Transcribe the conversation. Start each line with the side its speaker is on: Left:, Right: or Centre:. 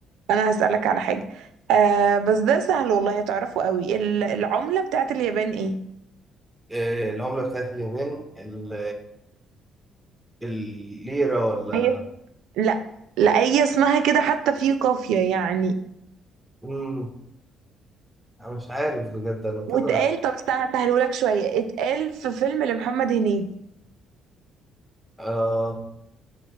Right: أنا هسألك على حاجة آه بس ده سهل والله تعرفه قوي ال- العملة بتاعت اليابان إيه؟
Centre: آه، العملة بتاعت اليابان ال- الليرة ولا
Right: هي لا لا هي اسمها كده حتى في قافية يعني
Centre: مم. أنا مش عارف بجد أنا كده
Right: واتقال طب استنى هسهلهولك شوية اتقال في فيلم لمحمد هنيدي
Centre: آه